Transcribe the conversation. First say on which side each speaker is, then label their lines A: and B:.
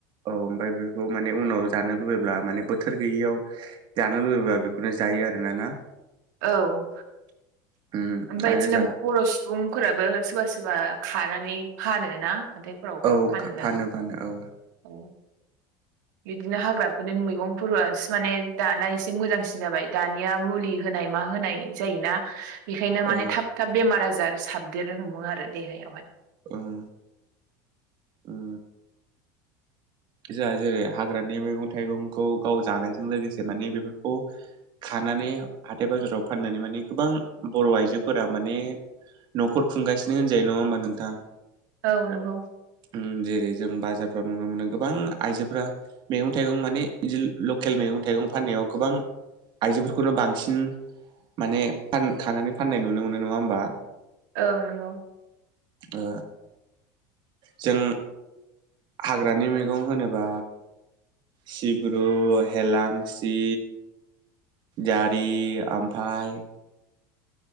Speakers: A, on the right; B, on the right.
A: औ ओमफफ्राय बेखौ माने उनाव जानो लुबैब्ला माने बोथोर गैयैयाव जानो लुबैब्ला बेखौनो जायो आरोना ना।
B: औ ओमफ्राय
A: उम आरो
B: बिदिनो
A: जा
B: बर' सुबुंफोराबो सोरबा सोरबा खानानै फानोना हाथाइफोरावबो
A: औ
B: फाननो
A: फानो फानो औ
B: औ बिदिनो हाग्राफोरनि मैगंफोरो माने दाना एसे मोजांसिन जाबाय दानिया मुलि होन होनाय मा होनाय जायोना बेखायनो माने
A: ओ
B: थाब थाब बेमार आजार साबदेरनो हमो आरो देहायावहाय <inaudible>
A: ओं उम जोंहा जेरै हाग्रानि मैगं थाइगंखौ गाव जानायजों लोगोसे माने बेफोरखौ फनानै हाथथाय बाजाराव फाननानै माने गोबां बर' आइजोफोरा माने न'खर खुंगासिनो होनजायो नङा होमबा नोंथां?
B: औ नंगौ।
A: उम जेरै जों बाजारफ्राव नुनो मोनो गोबां आइजोफोरा मैगं थाइगं माने बिदि लकेल मैगं थाइगं फाननायाव गोबां आइजोफोरखौनो बांसिन माने खानानै फाननाय नुनो मोनो नङा होमबा?
B: औ नंगौ।
A: ओ जों हाग्रानि मैगं होनोबा सिब्रु हेलांसि जारि आमफाय